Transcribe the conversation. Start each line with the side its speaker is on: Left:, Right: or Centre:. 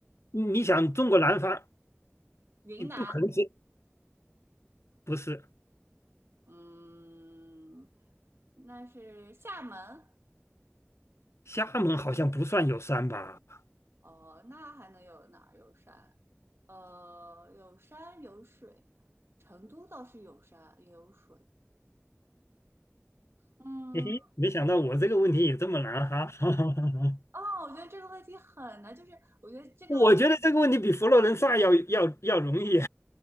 Left: 你你想中国南方，
Right: 云南，
Left: 你不可能是不是？
Right: 嗯，那是厦门。
Left: 厦门好像不算有山吧？<laughs>
Right: 哦，那还能有哪儿有山？呃，有山有水，成都倒是有山也有水。嗯，
Left: 嘿嘿，没想到我这个问题也这么难哈。<laughs>
Right: 哦，我觉得这个问题很难，就是我觉得这个问题。
Left: 我觉得这个问题比佛罗伦萨要要要容易。